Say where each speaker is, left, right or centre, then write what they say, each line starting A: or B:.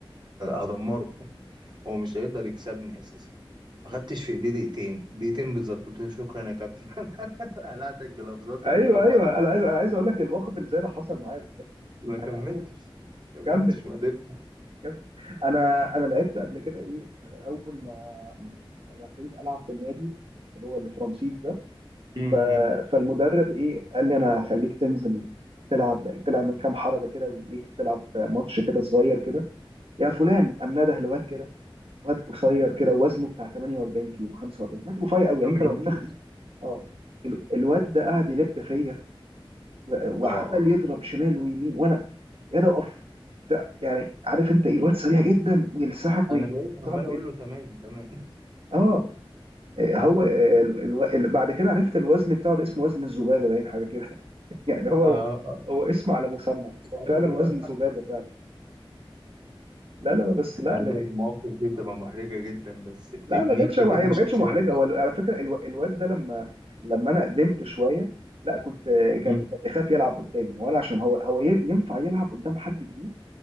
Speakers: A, on the right (about 55°); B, on the right (about 85°).
A: هدمره <laughs> هو مش هيقدر يكسبني اساسا ما خدتش في ايدي دقيقتين دقيقتين بالظبط قلت له شكرا يا كابتن <laughs> قلعت الجلافزات
B: ايوه
A: وقمت واخد
B: ايوه
A: بعضي ومجري.
B: انا عايز انا عايز اقول لك الموقف اللي زي ده حصل معايا بالظبط
A: ما كملتش
B: انا اول
A: كملتش
B: كمل
A: ما قدرتش
B: كمل انا انا لعبت قبل كده ايه اول ما انا ابتديت العب في النادي اللي هو اللي في رمسيس ده
A: م-
B: ف...
A: م.
B: فالمدرب ايه قال لي انا هخليك تنزل تلعب تلعب من كام حركه كده وايه تلعب ماتش كده صغير كده يا فلان قام نده الواد كده واد قصير كده وزنه بتاع 48 كيلو 45 واد رفيع قوي يعني
A: ما
B: انت لو
A: يجيش.
B: نفخت اه ال- الواد ده قاعد يلب فيا و- وعمال
A: اه
B: يضرب شمال ويمين وانا يا ده اقف وبتاع. يعني عارف انت ايه الواد سريع جدا ويلسحك
A: انا
B: ويجي
A: بقيت عمال
B: يلسحك
A: اقول
B: ويجي.
A: له تمام تمام <laughs>
B: اه هو ال- الو... ال- بعد كده عرفت الوزن بتاعه ده اسمه وزن الذبابه باين حاجه كده <laughs> يعني هو
A: اه آه،
B: هو اسم على مسمى هو
A: عارف
B: فعلا وزن ذبابه
A: آه.
B: فعلا لا لا لا بس لا
A: عايز
B: لا
A: أقول لك مواقف دي بتبقى محرجه جدا بس بتبنيك
B: لا ما كانتش
A: بتبني
B: يعني ما
A: شخصيتك
B: كانتش محرجه هو على فكره الو- الواد ده لما لما انا قدمت شويه لا كنت كان
A: مم.
B: كان بيخاف يلعب قدامي وانا عشان هو هو ي- ينفع يلعب قدام حد جديد